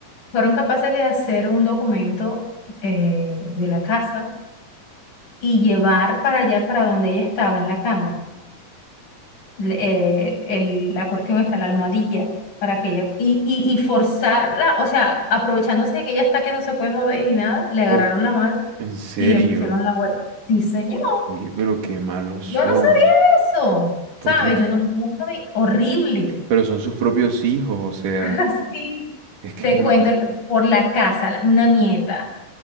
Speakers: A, on the left; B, on the right.
A: Fueron capaces de hacer un documento eh, de la casa y llevar para allá, para donde ella estaba en la cama. le- eh, el- la cuestión está la almohadilla para que ella y, y, y forzarla, o sea, aprovechándose de que ella está que no se puede mover ni nada, le agarraron
B: Oh,
A: la mano
B: en serio.
A: y le pusieron la huella. Sí, señor,
B: Oye, pero qué malos
A: yo
B: son.
A: no sabía eso,
B: Porque,
A: ¿sabes? Yo no, yo no sabía, horrible.
B: pero son sus propios hijos, o sea,
A: <laughs> Así
B: es que
A: te
B: es un...
A: cuento por la casa, la- una nieta,